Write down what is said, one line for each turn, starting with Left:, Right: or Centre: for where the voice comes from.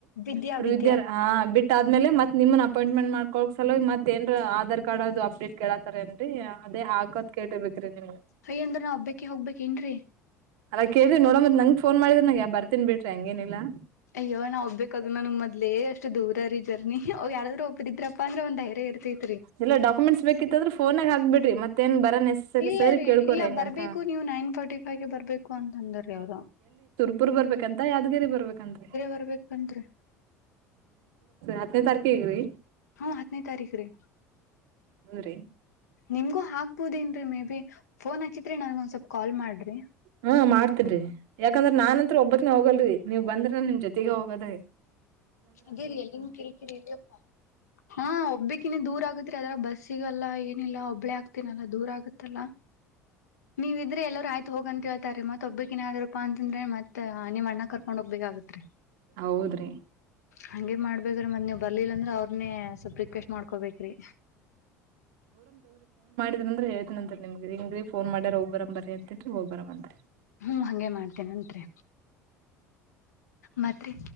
Left: ವಿದ್ಯಾ
Right: ಅವರು
Left: ವಿದ್ಯಾ
Right: ವಿದ್ಯಾರ್ ಹ ಬಿಟ್ಟ ಆದ್ಮೇಲೆ ಮತ್ ನಿಮನ್ ಅಪಾಯಂಟ್ಮೆಂಟ್ ಮಾಡಕೋಕ್ ಸಲ ಮತ ಏನ್ರ ಆಧಾರ್ ಕಾರ್ಡ್ ಅದು ಅಪ್ಡೇಟ್ ಕೇಳತಾರ ಏನ್ರಿೀ. ಅದೇ ಆಗತ್ ಕೇಿಬೇಕ್ರೀ ನಿಮ್ಗೆ.
Left: ಅಯ್ಯ ಅಂದ್ರ ನಾವ ಹಬ್ಬಕ್ಕೆ ಹೋಗ್ಬೇಕೇಏನ್ರೀ.
Right: ಅಲ್ಲ ಕೇಳ ನ ನಂಗ್ ಫೋನ್ ಮಾಡಿದ್ರ ನನ ಬರ್ತೀಿ ಬಿಟ್ಟ ಹೆಂಗೇನಿಲ್ಲ.
Left: ಅಯ್ಯೋ ನಾ ಒಬ್ಬೇಕು ಅದನ ನಿಮ್ ಮೊದ್ಲೆ ಅಷ್ಟು ದೂರ ರೀ ಜರ್ನಿ. ್ ಯಾರಾದರು ಒಬ್ಬ ಇದ್ರಪ್ಪ ಅಂದ್ರ ಒಂದ <unintelligible>
Right: ಎಲ್ಲ ಡಾಕ್ಯುೆಂಟ್ಸ್ ಬೇಕತ್ತು ್ರ ಫೋಾಗ ಹಾಬ ಬಿಡ್ರಿ ಮತ್ತೇನ್ ಬರ ನೆಸಸರಿ
Left: ಇಲ್ಲ
Right: ಸರಿ
Left: ರೀ
Right: ಕೇಳ್ಕೋರಿ
Left: ಇಲ್ಲ
Right: ಹೆಂಗಂತ
Left: ಬರ್ಬೇಕು ನೀವು ನೈನ್ ಫಾರ್ಟಿ ಫೈವ್ಗೆ ಬರ್ಬೇಕು ಅಂತ ಅಂದ್ರೀ ಅವ್ರ.
Right: ರ್ ಬರ್ಬೇಕಂತ ಯಾವ್ದ ರಿ ಬರ್ಬೇಕಂದ್ರೆ
Left: ಬರ್ಬೇಕಂತ್ರಿ
Right: ಆತದೆ ತಾರಕೆಗ ರೀ
Left: ಹಾ ಹತ್ತನೇ ತಾರೀಖ ರೀ.
Right: ಹೌದ್ರಿ
Left: ನಿಮ್ಗೂ ಹಾಕ್ಬೋುದ ಮೇ ಬಿ ಫೋನ್ ಹಚ್ಚಿತ್ರಿ ನನ್ಗ ಒಂದ್ ಸ್ವಲ್ ಕಾಲ್ ಮಾಡ್ರಿ.
Right: ಹ್ಮ ಮಾಡ್ತನ್ ರೀ ಯಾಕಂದ್ರ ನಾನ್ಂತ್ರ ಒಬ್ಬಕೆ ಹೋಗಲ್ರರಿ. ನೀವ್ ಬಂದ್ರ ನಿಮ್ ಜೊತೆಗೆ ಹೋಗೋದ.
Left: ಅದೇರಿ ಎಲ್ಲಿನ್ ಕಿರಿಕಿರಿ ಇರಿಪ್ಪ ಹಾ ಒಬ್ಬಿಕ್ಕಿನ್ನ ದೂರ ಆಗತ್ರಿ ಅದ್ರ ಬಸ್ಸಿಗೆಲ್ಲ ಲ್ಲಾ ಒಬ್ಳೆ ಆಗ್ತೀನಲ್ಲಾ ದೂರ ಆಗತ್ತಲ್ಲಾ. ನೀವಿದ್ರೆ ಎಲ್ಲರ ಆ ತ್ ಹೋಗಂತೇತಾರೆ ಮತ್ ಒಬ್ಬಿಕ್ಕಿನ್ಾದ್ರಪ್ಪ ಅಂದ್ರೆ ಮತ್ ನೀವ್ ಅ್ಣ ಕರ್ಕೊಂಡ್ ಹೋಗ್ಬೇಕಾಗತ್ರಿ
Right: ಹೌದ್ರಿ
Left: ಹಂಗೇ ಮಾಡ್ಬೇ್ರೀ ಮತ್ ನೀವ್ ಬರ್ಲಿಲ್ಲ ಅಂದ್ರ ಅವ್ರನೇ ಸ್ವಪ್ ರಿಕ್ವೆಸ್ಟ್ ಮಾಡ್ಕೊಬೇಕ್ರಿ
Right: ಂದ್ರ ಹೇಳಿದನಂರಿ ನಿಮ್ಗೆ ಹಂಗ ಫೋನ್ ಮಾಡ್ಯಾರೋಗಬರ ಬರಿ ಅಂತಿದ್ರ ಹೋಗಬರ ಅಂತರಿ
Left: ಹ್ಮ್ ಹಗೆ ಮಾಡ್ತೇನೆಂಟರಿ ಮತ್ರಿ